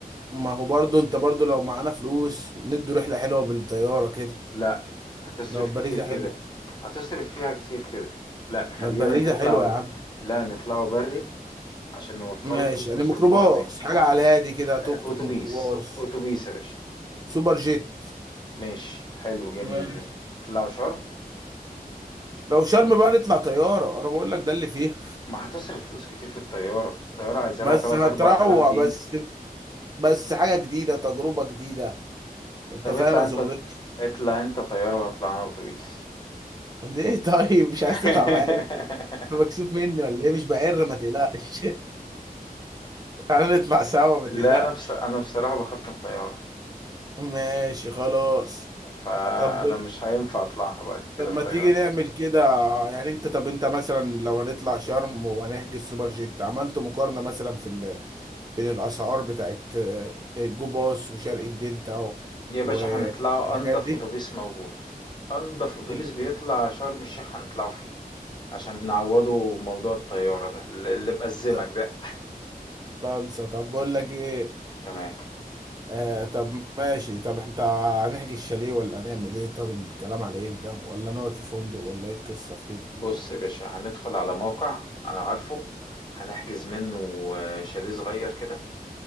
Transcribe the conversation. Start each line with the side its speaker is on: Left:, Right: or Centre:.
Right: ما هو برضو انت برضو لو معانا فلوس ندي رحلة حلوة بالطيارة كده
Left: لا هتصرف
Right: لو باريزة
Left: كتير كده
Right: حلوة
Left: هتصرف فيها كتير كده لا خلينا
Right: ما باريزة
Left: نطلع
Right: حلوة يا عم
Left: لا نطلعوا بري عشان نوفروا
Right: ماشي
Left: فلوس
Right: يعني
Left: نصرفوها
Right: ميكروباص
Left: هناك
Right: حاجة على الهادي كده توك
Left: آه،
Right: توك
Left: اتوبيس
Right: ميكروباص
Left: اتوبيس يا باشا
Right: سوبر جيت
Left: ماشي حلو جميل
Right: ماشي
Left: اطلعوا شرم
Right: لو شرم بقى نطلع طيارة انا بقول لك ده اللي فيها
Left: ما هتصرف فلوس كتير في الطيارة الطيارة عايزة
Right: بس
Left: لها تلات
Right: هتروق
Left: أربع تلاف جنيه
Right: بس بس حاجة جديدة تجربة جديدة انت
Left: طب
Right: فاهم
Left: اطلع
Right: يا
Left: انت
Right: زمرك
Left: اطلع انت طيارة واطلع انا اتوبيس
Right: ليه طيب مش عايز
Left: <laughs>
Right: تطلع معايا ليه؟ انت مكسوف مني ولا ايه مش بعر ما تقلقش <laughs> تعالى نطلع سوا ما تقلقش
Left: لا انا بص... انا بصراحة بخاف من الطيارة
Right: ماشي خلاص
Left: فانا
Right: طب
Left: مش هينفع اطلعها بعد كده
Right: طب
Left: الطيارة
Right: ما تيجي نعمل كده يعني انت طب انت مثلا لو هنطلع شرم وهنحجز سوبر جيت عملت مقارنة مثلا في ال... بين الاسعار بتاعت آه، جو باص وشرق الدلتا و-
Left: يا
Right: والحاجات
Left: باشا هنطلعوا انضف
Right: دي
Left: اتوبيس موجود انضف اتوبيس
Right: ال-
Left: بيطلع شرم الشيخ هنطلعه فيه عشان نعوضه موضوع الطيارة ده اللي اللي مأزمك
Right: طب
Left: ده
Right: خالصة طب بقول لك ايه
Left: تمام
Right: آه طب ماشي طب انت هنحجز الشاليه ولا هنعمل ايه طب الكلام على ايه في ده ولا نقعد في فندق ولا ايه القصه في كده
Left: بُص يا باشا، هندخل على موقع أنا عارفه، هنحجز منّه آه، شاليه صغير كده،